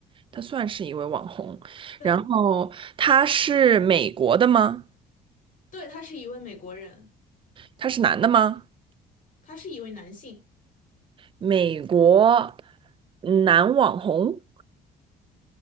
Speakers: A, on the right; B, on the left.
A: 他算是一位网红，
B: 对。
A: 然后他是美国的吗？
B: 对，他是一位美国人，
A: 他是男的吗？
B: 他是一位男性。
A: 美国嗯男网红，